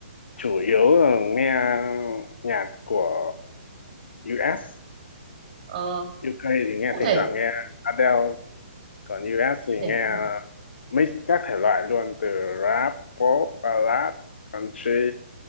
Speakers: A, on the left; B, on the right.
A: chủ yếu là nghe nhạc của US
B: ờ,
A: UK thì nghe
B: cụ
A: thỉnh
B: thể
A: thoảng nghe Adele, còn US
B: cụ
A: thì
B: thể
A: nghe
B: cụ thể
A: mix các thể loại luôn từ rap, pop, ballad, country,